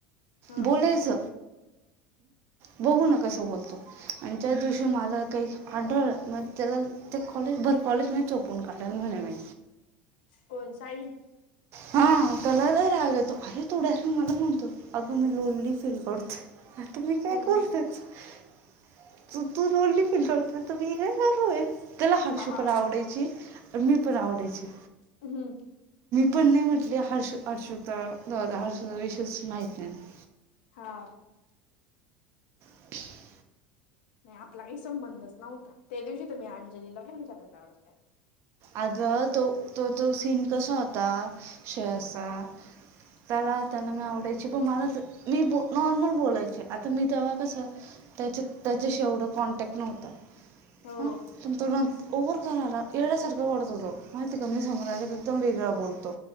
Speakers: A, on the left (about 70°); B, on the right (about 50°).
A: हा
B: बोलायच बघू ना कसं बोलतो, आणि त्या दिवशी मला काही आढळ म त्याला ते कॉलेज भरं, भर कॉलेज मध्ये चोपून काढल म्हणे मी,
A: कोन साई,
B: हा त्याला लय राग येतो, अरे तो डायरेक्ट मला म्हणतो अगं मी लोनली फील करते. आता मी काय
A: हम्म
B: करू
A: हम्म
B: त्याचं <unintelligible> त त लोनली फिल करते तर मी काय करू ये त्याला हर्षु
A: हा हा
B: पण आवडायची. मी पण आवडयची.
A: हम्म.
B: पण मी म्हटले हर्षु हर्षु च जाऊदे हर्षुचा विषयच माहिती नाही ना,
A: हा.
B: ह <unintelligible>
A: नाही आपला काही संबंधच नव्हता. त्या दिवशी तर मी अंजलीला पण विचारायला लावलं त्याला,
B: अगं, तो, तो तो सीन कसा होता शे असा त्याला
A: हम्म
B: त्याला मी आवडायची पण मला मी ब नॉर्मल बोलायचे आता मी तेव्हा कसं त्याच्यात, त्याच्याशी एवढा कॉन्टॅक्ट नव्हतं.
A: हो
B: हा पण तो नंतर ओव्हर करायला, येड्या सारखं करतो तो. माहिती का मी समोर आले एकदम वेगळा बोलतो,